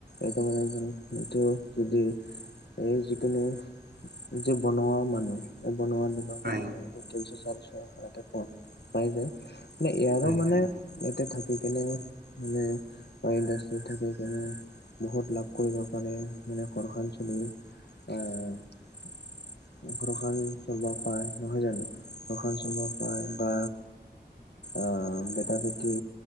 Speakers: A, on the left; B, on the right.
A: এইটো মানে ধৰা এইটো যদি এই যিকোনো যে বনোৱা মানুহ এই বনোৱা দিব
B: হয়
A: কাৰণে এইটো তিনিশ চাৰিশ তাতে পোৱা পাই যায় মানে ইয়াৰো
B: হয় হয়
A: মানে
B: হয়
A: ইয়াতে থাকি কেনে মানে বা ইণ্ডাষ্ট্ৰি থাকে কেনে বহুত লাভ কৰিব পাৰে মানে ঘৰখন চলি আহ ঘৰখন চলাব পাৰে নহয় জানো ঘৰখন চলাব পাৰে বা আ বেটা বেটি